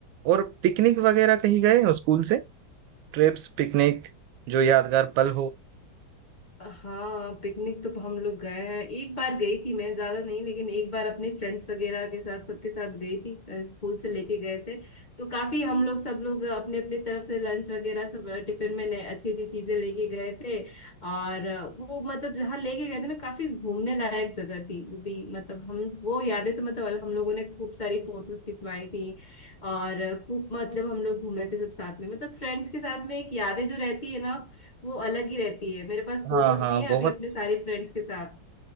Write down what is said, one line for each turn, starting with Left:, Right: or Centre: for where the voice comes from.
Right: और पिकनिक वगैरह कहीं गए हो स्कूल से ट्रिप्स पिकनिक जो यादगार पल हो
Left: हाँ पिकनिक तो हम लोग गए हैं एक बार गई थी मैं ज्यादा नहीं लेकिन एक बार अपने फ्रेंड्स वगैरह के साथ सबके साथ गई थी अ, स्कूल से लेके गए थे तो काफी हम लोग सब लोग अपने अपने तरफ से लंच वगैरह सब अ, टिफिन में नए अच्छी अच्छी चीजें लेके गए थे और अ, वो मतलब जहाँ लेके गए थे ना काफी घूमने लायक जगह थी वो भी मतलब हम वो यादें तो मतलब हम लोगों ने खूब सारी फोटोज खिंचवाई थी और अ, खूब मतलब हम लोग घूमे थे सब साथ में मतलब फ्रेंड्स के साथ में एक यादें जो रहती है ना वो अलग ही रहती है मेरे पास फोटोज
Right: हाँ हाँ
Left: भी हैं
Right: बहुत
Left: अभी अपने सारे फ्रेंड्स के साथ